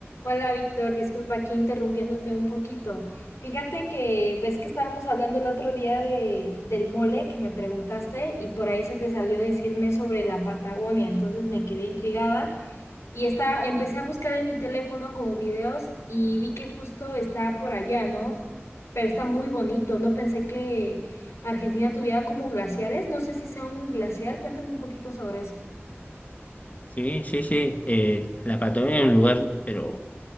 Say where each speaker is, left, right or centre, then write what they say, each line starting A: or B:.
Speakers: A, on the left; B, on the left.
A: Hola, Víctor, disculpa aquí interrumpiéndote un poquito. Fíjate que ves que estábamos hablando el otro día de, del mole que me preguntaste y por ahí se te salió decirme sobre la Patagonia, entonces me quedé intrigada y está, empecé a buscar en mi teléfono como videos y vi que justo está por allá, ¿no? Pero está muy bonito, no pensé que Argentina tuviera como glaciares, no sé si sea un glaciar, cuéntame un poquito sobre eso.
B: Sí, sí, sí. eh, la Patagonia es un lugar, pero